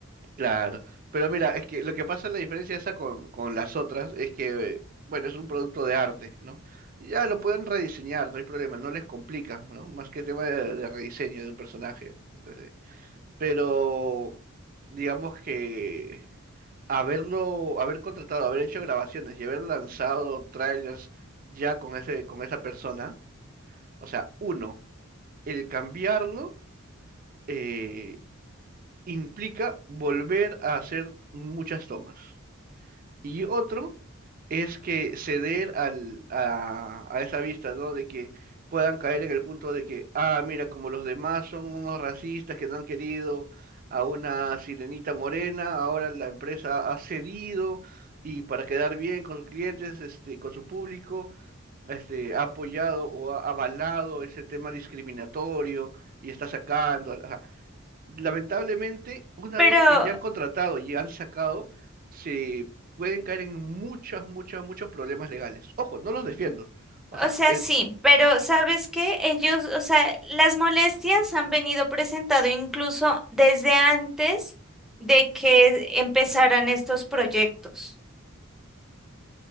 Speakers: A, on the right; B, in the centre.
A: Claro. Pero mira, es que lo que pasa, la diferencia esa con, con las otras es que, bueno, es un producto de arte, ¿no? Ya lo pueden rediseñar, no hay problema, no les complica, ¿no? Más que tema de, de rediseño de un personaje. Entonces. pero digamos que haberlo, haber contratado, haber hecho grabaciones y haber lanzado trailers ya con ese, con esa persona, o sea, uno, el cambiarlo eh, implica volver a hacer muchas tomas. Y otro es que ceder al, a, a esa vista, ¿no? De que puedan caer en el punto de que, ah, mira, como los demás son unos racistas que no han querido a una sirenita morena, ahora la empresa ha cedido y para quedar bien con sus clientes, este, con su público, este, ha apoyado o ha avalado ese tema discriminatorio y está sacando lamentablemente, una
B: Pero,
A: vez que ya han contratado y han sacado, se pueden caer en muchas, muchas, muchos problemas legales. Ojo, no los defiendo. O
B: o
A: sea,
B: sea,
A: el...
B: sí, pero ¿sabes qué? Ellos, o sea, las molestias han venido presentado incluso desde antes de que empezaran estos proyectos.